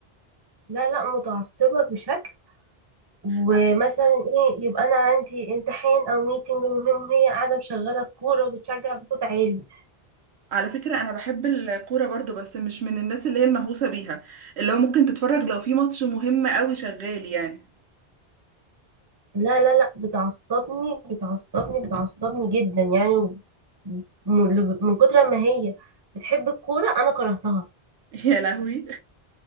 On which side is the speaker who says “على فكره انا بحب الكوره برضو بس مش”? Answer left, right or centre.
Right